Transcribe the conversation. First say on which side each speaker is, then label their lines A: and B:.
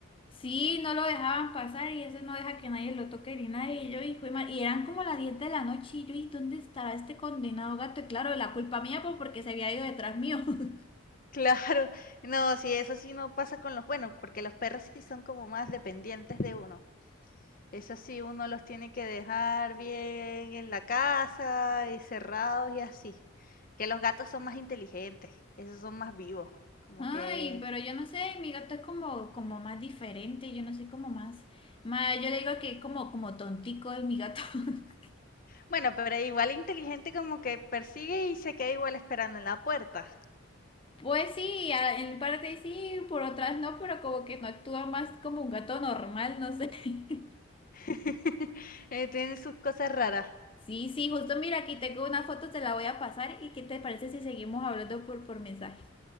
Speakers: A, on the left; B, on the left.
A: Sí, no lo dejaban pasar y ese no deja que nadie lo toque ni nadie. Y yo, hijo de ma- y eran como las 10 de la noche y yo, ¿y dónde estará este condenado gato? Y claro, la culpa mía pues porque se había ido detrás mío. <laughs>
B: <laughs> Claro, no, sí, eso sí no pasa con los buenos, porque los perros sí son como más dependientes de uno. Eso sí, uno los tiene que dejar bien en la casa y cerrados y así. Que los gatos son más inteligentes, esos son más vivos, como
A: Ay,
B: que,
A: pero yo no sé, mi gato es como, como más diferente, yo no sé, como más, más, yo le digo que es como, como tontico es mi gato. <laughs>
B: bueno, pero igual inteligente como que persigue y se queda igual esperando en la puerta.
A: Pues sí, a- en parte sí, por otras no, pero como que no actúa más como un gato normal, no sé. <laughs>
B: <laughs> Eh, tienen sus cosas raras.
A: Sí, sí, justo mira, aquí tengo una foto, te la voy a pasar y ¿qué te parece si seguimos hablando por, por mensaje?